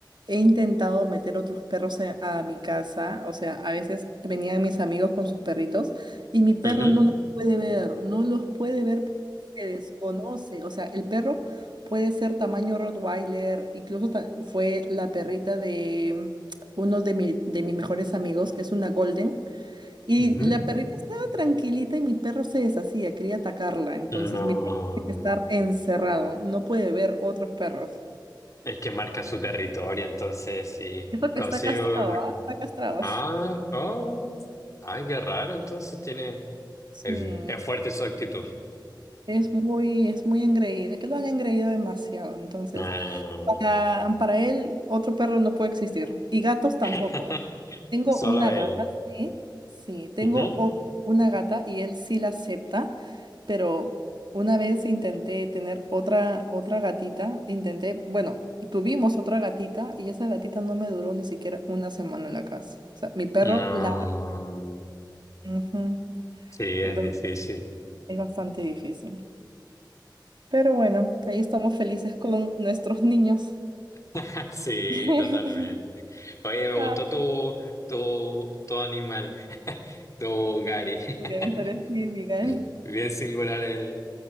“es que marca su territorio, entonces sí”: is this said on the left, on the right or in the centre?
Left